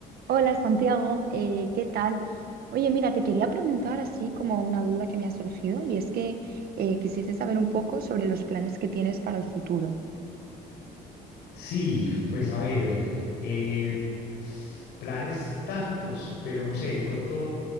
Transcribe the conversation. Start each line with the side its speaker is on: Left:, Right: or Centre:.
Right: Hola Santiago, eh, ¿qué tal? Oye, mira, te quería preguntar así como una duda que me ha surgido y es que eh, quisiese saber un poco sobre los planes que tienes para el futuro.
Left: Sí, pues a ver, eh, planes tantos, pero no sé, de pronto